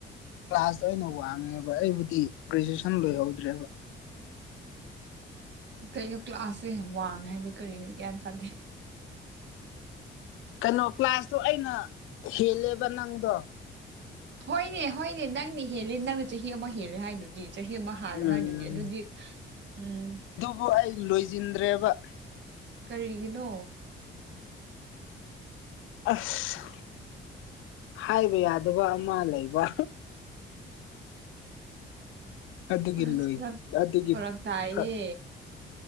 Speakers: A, on the left; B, on the right.
A: ꯀ꯭ꯂꯥꯁꯇꯣ ꯑꯩꯅ ꯋꯥꯡꯉꯦꯕ ꯑꯩꯕꯨꯗꯤ ꯒ꯭ꯔꯦꯖꯨꯑꯦꯁꯟ ꯂꯣꯏꯍꯧꯗ꯭ꯔꯦꯕ
B: ꯀꯩꯅꯣ ꯀ꯭ꯂꯥꯁꯁꯦ ꯋꯥꯡꯉꯦ ꯍꯥꯏꯗꯤ ꯀꯔꯤꯅꯣ ꯒ꯭ꯌꯥꯟ ꯇꯥꯗꯦ
A: ꯀꯩꯅꯣ ꯀ꯭ꯂꯥꯁꯇꯣ ꯑꯩꯅ ꯍꯦꯜꯂꯦꯕ ꯅꯪꯗꯣ
B: ꯍꯣꯏꯅꯦ ꯍꯣꯏꯅꯦ ꯅꯪꯅꯦ ꯍꯦꯜꯂꯦ ꯅꯪꯅ ꯆꯍꯤ ꯑꯃ ꯍꯦꯜꯂꯦ ꯍꯥꯏꯗꯨꯗꯤ ꯆꯍꯤ ꯑꯃ ꯍꯥꯂꯦ
A: ꯎꯝ
B: ꯍꯥꯏꯗꯨꯗꯤ ꯑꯗꯨꯗꯤ ꯎꯝ
A: ꯑꯗꯨ ꯑꯩ ꯂꯣꯏꯁꯤꯟꯗ꯭ꯔꯦꯕ
B: ꯀꯔꯤꯒꯤꯅꯣ
A: ꯑꯁ ꯍꯥꯏꯕ ꯌꯥꯗꯕ ꯑꯃ ꯂꯩꯕ ꯑꯗꯨꯒꯤ
B: ꯑꯁ
A: ꯂꯣꯏ
B: ꯈꯔ
A: ꯑꯗꯨꯒꯤ
B: ꯐꯔꯛ ꯇꯥꯏꯌꯦ
A: ꯐꯔꯛ